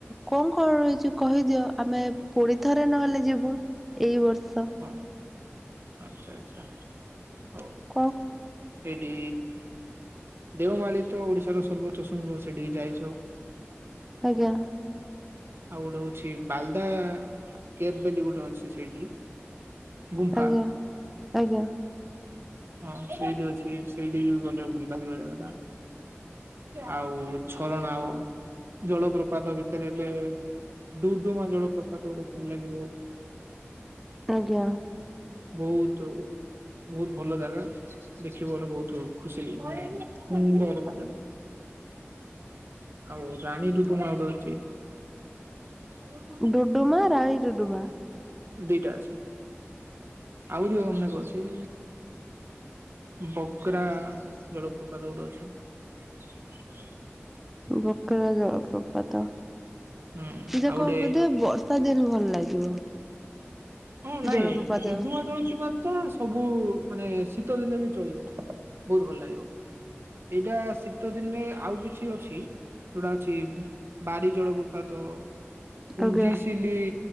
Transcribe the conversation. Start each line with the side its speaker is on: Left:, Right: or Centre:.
Centre: କଣ କଣ ରହିଛି କହିଦିଅ ଆମେ ପୁଣିଥରେ ନହେଲେ ଯିବୁ? ଏଇ ବର୍ଷ।
Right: ହଁ ଆଚ୍ଛା ଆଚ୍ଛା ହଉ।
Centre: କଣ
Right: ହେଇଟି ଦେଓମାଳୀ ତ ଓଡିଶାର ସର୍ବୋଚ୍ଚ ଶୃଙ୍ଘ, ସେଠିକି ଯାଇଛ।
Centre: ଆଜ୍ଞା।
Right: ଆଉ ଗୋଟେ ଅଛି, ବାଲଦା କେଭ ବୋଲି ଗୋଟେ ଅଛି ସେଇଠି। ଗୁମ୍ଫା।
Centre: ଆଜ୍ଞା ଆଜ୍ଞା
Right: ହଁ ସେଇଠି ଅଛି। ସେଇଠି ବି ଗଲେ ଭଲ ଲାଗିବ ଜାଗାଟା। ଆଉ ଝରଣା ଆଉ ଜଳପ୍ରପାତ ଭିତରେ ହେଲେ ଡୁଡୁମା ଜଳପ୍ରପାତ ଗୋଟେ ଭଲ ଲାଗିବ।
Centre: ଆଜ୍ଞା।
Right: ବହୁତ, ବହୁତ ଭଲ ଜାଗା। ଦେଖିବ ବେଲେ ବହୁତ ଖୁସି <inaudible> ସୁନ୍ଦର ଜା ଆଉ ରାଣୀରୁୁତୁମୟ ଗୋଟେ ଅଛି।
Centre: ଡୁଡୁମା, ରାଣୀଡୁଡୁମା।
Right: ଦିଟା ଅଛି। ଆହୁରି ଅନେକ ଅଛି। ବଗ୍ରା ଜଳପ୍ରପାତ ଗୋଟେ ଅଛି।
Centre: ବକେରା ଜଳପ୍ରପାତ
Right: ହୁଁ
Centre: ଯିଏ
Right: ଆଉ ଗୋଟେ
Centre: କହିବ ବୋଧେ ବର୍ ଶୀତ ଦିନ ଭଲ ଲାଗିବ।
Right: ହଁ ନାଇଁ
Centre: ଜଳପ୍ରପାତ
Right: ସୁୁଦୁଆ ଜଳସୁପାତ? ତ ସବୁ ମାନେ ଶୀତ ଦିନେ ବି ଚଳିବ ବହୁତ୍ ଭଲ ଲାଗିବ। ଏଇଟା ଶୀତ ଦିନରେ ଆଉ କିଛି ଅଛି? ଯୋଉଟା ଅଛି ବାରି ଜଳ ପ୍ରପାତ। କୁଞ୍ଜି
Centre: ଆଜ୍ଞା।
Right: ସିଲି